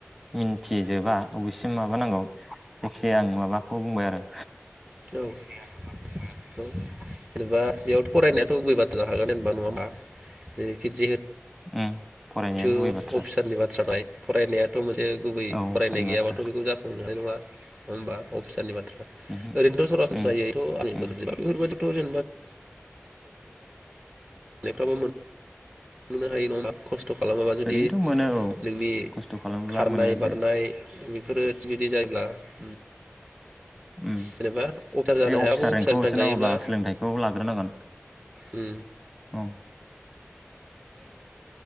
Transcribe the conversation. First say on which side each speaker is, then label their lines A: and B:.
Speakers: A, in the centre; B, on the right.
A: मिन्थिजोबा अबेसिम माबानांगौ जायखिया आं माबाखौ बुंबाय आरो
B: औ औ जेनेबा बेयावथ' फरायनायाथ' गुब बाथ्रा जाखागोन जेनेबा नङा होनबा जेरैखि जे
A: उम फरायनायानो
B: जियेथु
A: गुबै बाथ्रा
B: अफिसारनि बाथ्रा फरायनायाथ' मोनसे गुबै
A: औ
B: फरायनाय
A: सोरनि
B: गैयाबाथ'
A: बाथ्रा
B: बेखौ जाफुंनो हानाय नङा होनबा अफिसारनि बाथ्रा
A: उमहो
B: ओरैनोथ' सरासनस्रायैथ'
A: उम
B: आं बेफोरबो
A: उम
B: बिदिखौ <inaudible> <inaudible>
A: ओरैनोथ' मोनो औ
B: <inaudible>
A: खस्थ' खालामोब्ला मोनो बे उम
B: जेनेबा अफिसार जानो
A: बे अफिसार
B: हायाबो अफिसारनि
A: रेंकखौ होसोनांगौब्ला
B: थांखि लायोब्ला
A: सोलोंथाइखौ लाग्रोनांगोन
B: उम
A: औ।